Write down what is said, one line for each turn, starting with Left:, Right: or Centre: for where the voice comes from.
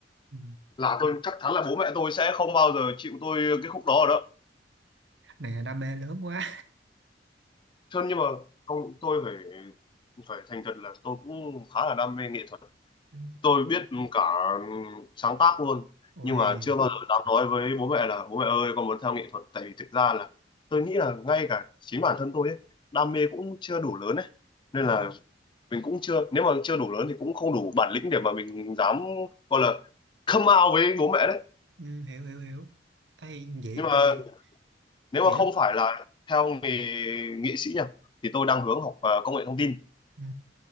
Right: Ừ.
Left: là tôi chắc chắn là bố mẹ tôi sẽ không bao giờ chịu tôi cái khúc đó rồi đó
Right: Này là đam mê lớn quá.
Left: cho nhưng mà không tôi phải phải thành thật là tôi cũng khá là đam mê nghệ thuật
Right: Ừ.
Left: tôi biết cả sáng tác luôn
Right: Ôi.
Left: nhưng mà chưa bao giờ dám nói với bố mẹ là bố mẹ ơi con muốn theo nghệ thuật tại vì thực ra là tôi nghĩ là ngay cả chính bản thân tôi ấy đam mê cũng chưa đủ lớn ấy nên
Right: Ừ.
Left: là mình cũng chưa nếu mà chưa đủ lớn thì cũng không đủ bản lĩnh để mà mình dám gọi là come out với bố mẹ đấy
Right: Ừ, Hiểu hiểu hiểu. Ê, vậy
Left: nhưng
Right: ơi,
Left: mà nếu
Right: vậy
Left: mà không
Right: lúc
Left: phải là theo nghề nghệ sĩ nhỉ thì tôi đang hướng học ờ, công nghệ thông tin
Right: ừ.